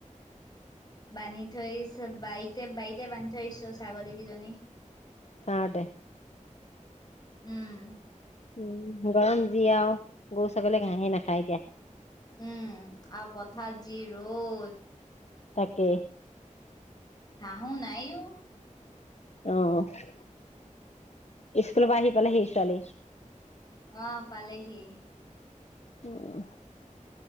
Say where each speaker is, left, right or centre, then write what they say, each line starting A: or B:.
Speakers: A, on the left; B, on the left.
A: বান্ধি থৈ আহিচো বাৰিত। একে বাৰীতে বান্ধি থৈ আহিছো ছাগলীকেইজনী।
B: বাৰু দে।
A: উম।
B: উম গৰম যি আৰু গৰু ছাগলী ঘাঁহে নাখায় এতিয়া।
A: উম আৰু পথাৰ যি ৰ'দ।
B: তাকে।
A: ঘাহোঁ নাই ও।।
B: অহ। স্কুলৰ পৰা আহি পালেহি ছোৱালী?
A: অ, পালেহি।
B: উম।